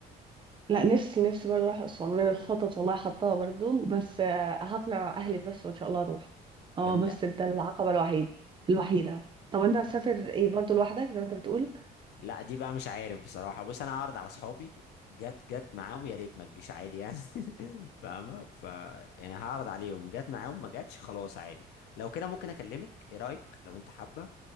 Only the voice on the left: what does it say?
جامده
لا دي بقى مش عارف بصراحة بص أنا هعرض على أصحابي جت جت معاهم يا ريت ما تجيش عادي يعني <laughs> فاهمة ف يعني هعرض عليهم جت معاهم ما جاتش خلاص عادي لو كده ممكن أكلمك إيه رأيك لو أنت حابة